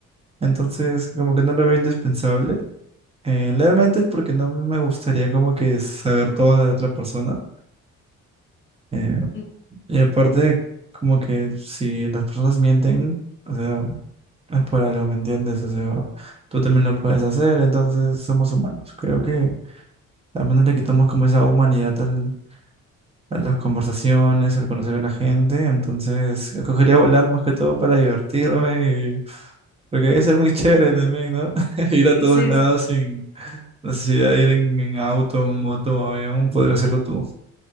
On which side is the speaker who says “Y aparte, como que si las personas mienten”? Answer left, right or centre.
Right